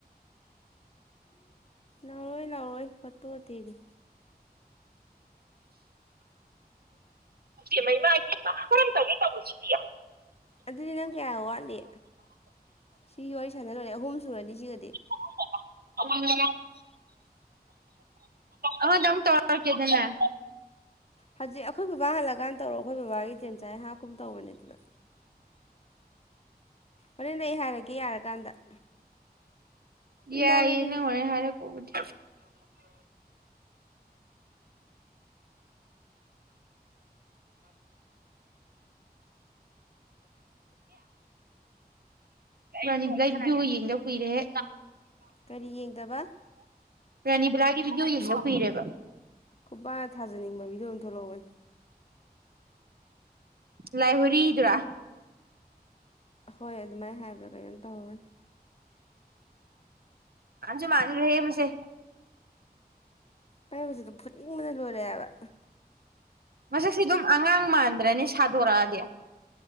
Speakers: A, on the left; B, on the right.
A: ꯂꯥꯎꯔꯛꯑꯣꯏ ꯂꯥꯎꯔꯛꯑꯣꯏ ꯐꯣꯇꯣ ꯑꯇꯩꯗꯤ
B: ꯏꯃꯥꯏ ꯄꯦꯝꯃꯥ ꯏꯃꯥꯏ ꯄꯦꯃꯃꯥ ꯀꯔꯝ ꯇꯧꯅꯤ ꯇꯧꯔꯤꯁꯤꯗꯤ
A: ꯑꯗꯨꯗꯤ ꯅꯪ ꯀꯌꯥ ꯋꯥꯠꯂꯤ ꯁꯤ ꯋꯥꯔꯤ ꯁꯥꯟꯅ ꯂꯣꯏꯔꯦ ꯑꯍꯨꯝ ꯁꯨꯔꯅꯤ ꯁꯤꯒꯗꯤ
B: <inaudible>
A: <inaudible>
B: ꯑꯃꯥꯗꯪ ꯇꯧꯔꯛ ꯀꯦꯗꯅ
A: ꯍꯧꯖꯤꯛ ꯑꯩꯈꯣꯏ ꯕꯕꯥ ꯍꯜꯂꯛꯀꯥꯟ ꯇꯧꯔꯛꯑꯣ ꯑꯩꯈꯣꯏ ꯕꯥꯕꯥꯒꯤ ꯆꯦꯝꯆꯥꯥꯏ ꯍꯥꯞꯀꯨꯝ ꯇꯧꯕꯅꯦ ꯑꯗꯨꯗ ꯍꯣꯔꯦꯟꯗ ꯑꯩ ꯍꯥꯏꯔꯛꯀꯦ ꯌꯥꯔꯀꯥꯟꯗ
B: ꯌꯥꯏꯌꯦ
A: ꯏꯃꯥꯟꯅꯕꯤꯅꯤ
B: ꯅꯪ ꯍꯣꯔꯦꯟ ꯍꯥꯏꯔꯛꯄꯥꯕꯨꯗꯤ <unintelligible> ꯌꯦꯡꯗꯥ ꯀꯨꯏꯔꯦꯍꯦ
A: ꯀꯔꯤ ꯌꯦꯡꯗꯕ
B: ꯔꯥꯅꯤꯕꯂꯥꯒꯤ ꯚꯤꯗꯤꯑꯣ ꯌꯦꯡꯗꯥ ꯀꯨꯏꯔꯦꯕꯥ
A: ꯈꯨꯄꯥꯛꯅ ꯊꯥꯖꯟꯅꯤꯡꯕ ꯚꯤꯗꯤꯑꯣ ꯑꯃꯥ ꯊꯣꯛꯂꯛꯍꯧꯕꯅꯤ
B: ꯂꯥꯏ ꯍꯨꯔꯤ ꯗꯨꯔꯥ
A: ꯍꯣꯏ ꯑꯗꯨꯃꯥꯏꯅ ꯍꯥꯏꯕ꯭ꯔꯥ ꯀꯩꯅꯣꯝ ꯇꯧꯍꯧꯒꯅꯤ
B: ꯃꯟꯖꯨ ꯃꯟꯒ꯭ꯔꯦꯍꯦ ꯃꯁꯦ
A: <unintelligible> ꯐꯨꯅꯤꯡꯕꯅꯥ ꯂꯣꯏꯔꯦꯕꯥ
B: ꯃꯁꯛꯁꯦ ꯑꯗꯨꯝ ꯑꯉꯥꯡ ꯃꯥꯟꯗ꯭ꯔꯅꯦ ꯁꯥꯗꯣꯔꯛ ꯑꯗꯤ